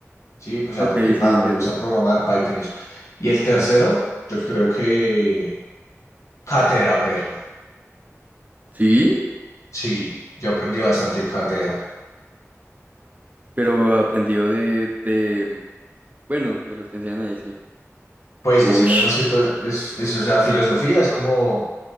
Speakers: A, on the left; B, on the right.
A: sí, pues
B: ok,
A: ya porque pa,
B: sí, entiendo.
A: me gusta programar Python y eso. Y el tercero, yo creo que cátedra, perro,
B: Sí,
A: sí, yo aprendí bastante en cátedra.
B: pero aprendió de, de, bueno, de lo que enseñan ahí, sí.
A: Pues
B: Uy,
A: enseñan más que todo, es, es, o sea, filosofía, es como,